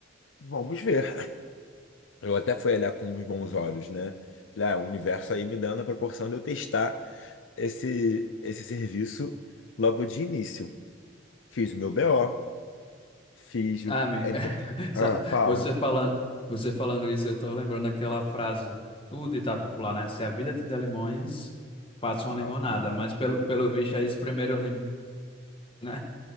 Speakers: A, on the left; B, on the left.
A: Vamos ver. Eu até fui olhar com os bons olhos, né? Falei, ah, o universo aí me dando a proporção de eu testar esse, esse serviço logo de início. Fiz o meu BO, fiz
B: Ah,
A: o.
B: amigo,
A: ent-
B: <laughs>
A: Ah,
B: sa-
A: fala.
B: você falando, você falando isso, eu tô lembrando aquela frase, o ditado popular, né? Se a vida te der limões, faça uma limonada.
A: Passa demanda.
B: Mas pelo, pelo
A: É
B: visto
A: isso.
B: aí, os primeiros limões, né?